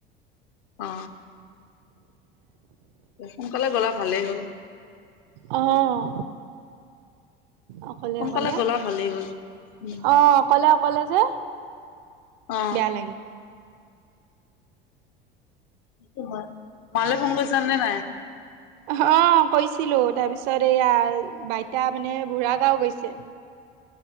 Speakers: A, on the left; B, on the right.
A: অ, সোনকালে গ'লা ভালেই হ'ল।
B: অঁ অকলে
A: সোনকালে
B: অকলে,
A: গ'লা ভালেই হ'ল উম
B: অ। অকলে অকলে যে,
A: অ
B: বেয়া লাগে।
A: তোমাৰ, মালে ফোন কৰিছা নে নাই?
B: অ কৈছিলো তাৰ পিছত এইয়া বাইতা মানে বুঢ়া গাও গৈছে।